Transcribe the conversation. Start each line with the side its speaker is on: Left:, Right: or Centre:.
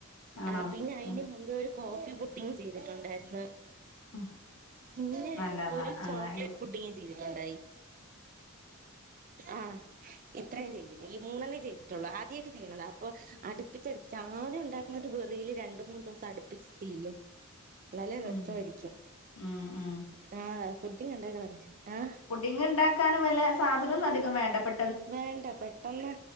Left: ആണോ
Right: ആഹ് പിന്നെ അയിന്
Left: ഉം
Right: മുമ്പേ ഒരു കോഫി പുഡിംഗ് ചെയ്തിട്ടുണ്ടാരുന്നു
Left: ഉം
Right: പിന്നെ
Left: നല്ലതാ
Right: ഒരു
Left: ആഹ്
Right: ചോക്ലേറ്റ് പുഡിങ്ങും ചെയ്തിട്ടുണ്ടായി ആഹ് ഇത്രം ചെയ്തിട്ട് ഈ മൂന്നണേ ചെയ്തിട്ടുള്ളൂ ആ ദ്യയാട്ട് ചെയ്യണത അപ്പൊ അടുപ്പിച്ച് അടുപ്പിച്ച് ആദ്യം ഉണ്ടാക്കുന്ന ഒരു വെറിയിൽ രണ്ട് മൂന്ന് ദിവസം അടുപ്പിച്ച് ചെയ്യും നല്ല രസരിക്കും
Left: ഉം ഉം ഉം
Right: ആഹ് ഫുഡിംഗ് ഉണ്ടാക്കനാല്ലേ ആഹ്
Left: ഫുഡിങ് ഉണ്ടാക്കാൻ വല സാധനം ഒന്നും അധികം വേണ്ട പെ
Right: വേണ്ട പെട്ടെന്ന്